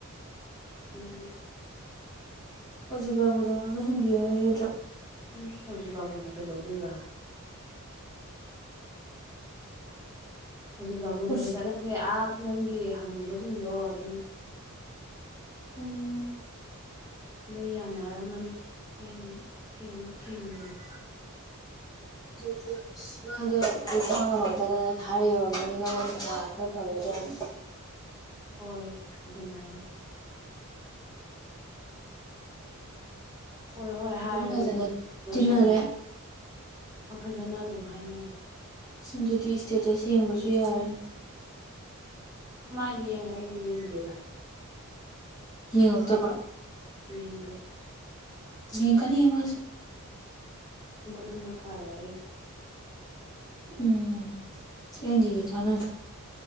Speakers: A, on the right; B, on the left.
A: <unintelligible> ꯑꯗꯨꯒꯤ
B: ꯑꯣꯔꯖꯤꯠ ꯕꯥꯕꯨꯗ ꯉꯥꯡꯅꯍꯟꯕꯤꯌꯨ ꯍꯥꯏꯌꯨ ꯌꯥꯗ꯭ꯔꯣ
A: ꯎꯝ ꯑꯣꯖꯤꯠꯕꯥꯕꯨꯅ ꯀꯩꯗꯧꯗꯣꯏꯕ ꯑꯣꯖꯤꯠꯕꯥꯕꯨꯅꯒ
B: ꯑꯁ
A: ꯆꯠꯅꯗꯦ ꯑꯐ ꯐꯤꯂꯝꯒꯤ ꯍꯅꯨꯕꯖꯤꯡꯗꯣ ꯑꯗꯨꯅ
B: ꯎꯝ
A: ꯑꯗꯣ ꯌꯥꯅꯔꯝꯃꯅꯤ ꯑꯩ ꯊꯦꯡ ꯊꯦꯡꯒꯦ <unintelligible>
B: ꯑꯗꯨꯒ ꯁ ꯃꯥꯗꯣ ꯄꯨꯊꯥꯡ ꯉꯝꯃꯛꯇꯗꯅ <unintelligible> ꯊꯕꯛ ꯐꯥꯈ꯭ꯔꯖꯠꯅꯤ
A: ꯍꯣꯏ ꯑꯗꯨꯃꯥꯏꯅ
B: <inaudible>
A: ꯍꯣꯏ ꯍꯣꯏ
B: ꯑꯗꯨꯝ
A: ꯍꯥꯏꯔꯒꯕꯨꯗꯤ
B: ꯐꯖꯅ
A: ꯂꯣꯏꯁꯟ
B: ꯇꯤꯟꯅꯔꯦ
A: ꯐꯖꯅ ꯑꯗꯨꯝ ꯍꯥꯏꯅꯩ
B: ꯑꯗꯨꯗꯤ ꯁꯇꯦꯇꯁ ꯌꯦꯡꯕꯁꯨ ꯌꯥꯔꯅꯤ
A: ꯃꯥꯏꯗꯤ ꯌꯦꯡꯉꯦ ꯑꯩꯗꯤ ꯌꯦꯡꯗꯦꯗ
B: ꯌꯦꯡꯂꯛꯇꯕ
A: ꯌꯦꯡꯗꯦ
B: ꯌꯦꯡꯀꯅꯤꯍꯦ ꯃꯥꯁꯨ
A: ꯑꯗꯨꯟꯅ ꯐꯥꯔꯦ ꯑꯩ
B: ꯎꯝ ꯑꯦꯟꯗꯤ ꯗꯤ ꯊꯥꯅꯗ꯭ꯔꯣ